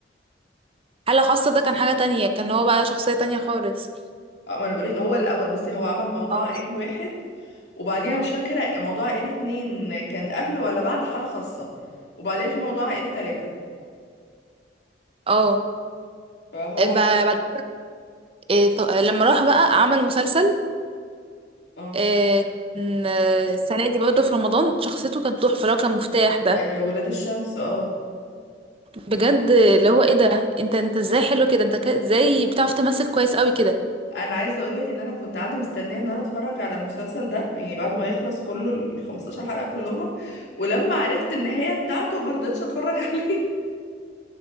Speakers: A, on the right; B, on the left.
A: حالة خاصة ده كان حاجة تانية كان هو بقى شخصية تانية خالص
B: اه ما انا بقولك هو الاول بصي هو عمل موضوع
A: اه
B: عائلي واحد وبعديها مش فاكره موضوع عائلي اتنين كان قبل ولا بعد حاله خاصه وبعديها في موضوع عائلي تلاته
A: اه
B: فهو
A: ب- بعد إيه، ط- لما راح بقى عمل مسلسل
B: اه
A: آه، كان آه، السنة دي برضه في رمضان شخصيته كانت تحفة لو كان مفتاح ده
B: آه، ولاد الشمس اه
A: بجد اللي هو ايه ده انت انت ازاي حلو كده انت ك- ازاي بتعرف تمثل كويس قوي كده
B: انا عايزه اقولك ان انا كنت قاعده مستنيه ان انا اتفرج على المسلسل ده يعني بعد ما يخلص كله ال 15 حلقه كلهم ولما عرفت النهايه بتاعته ما رضيتش اتفرج <laughs> عليه